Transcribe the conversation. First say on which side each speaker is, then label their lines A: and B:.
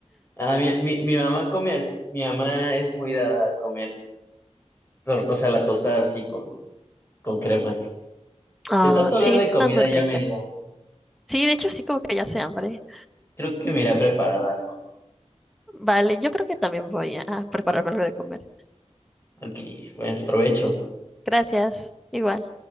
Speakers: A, on the left (about 20°); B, in the centre.
A: Ah, mi, mi, mi mamá come, mi mamá es muy dada a comer, o o sea, la tostada así con, con crema.
B: Ah,
A: De tanto hablar
B: sí,
A: de
B: es que
A: comida
B: están muy ricas.
A: ya me dio.
B: Sí, de hecho sí como que ya sé hambre.
A: Creo que me iré a preparar algo.
B: Vale, yo creo que también voy a prepararme algo de comer.
A: Ok, bueno, provecho.
B: Gracias, igual.